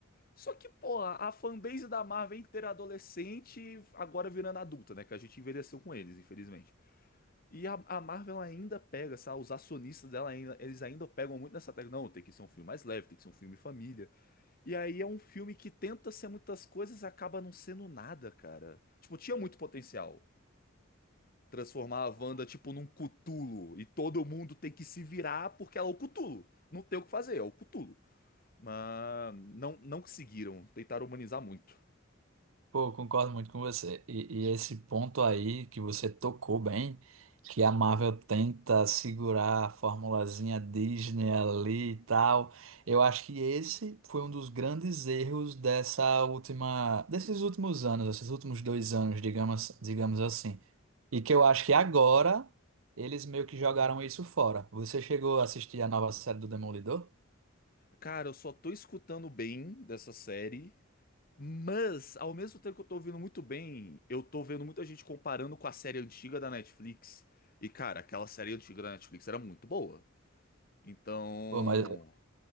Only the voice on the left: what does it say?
Só que, pô, a fanbase da Marvel é inteira adolescente, agora virando adulta, né? Que a gente envelheceu com eles, infelizmente. E a, a Marvel ainda pega, sabe? Os acionistas dela ainda, eles ainda pegam muito nessa tecla. Não, tem que ser um filme mais leve, tem que ser um filme família. E aí é um filme que tenta ser muitas coisas e acaba não sendo nada, cara. Tipo, tinha muito potencial. Transformar a Wanda, tipo, num Cutulo E todo mundo tem que se virar porque ela é o Cutulo Não tem o que fazer, é o Cutulo Mas não, não conseguiram. Tentaram humanizar muito.
Cara, eu só tô escutando bem dessa série. Mas, ao mesmo tempo que eu tô ouvindo muito bem, eu tô vendo muita gente comparando com a série antiga da Netflix. E, cara, aquela série antiga da Netflix era muito boa. Então.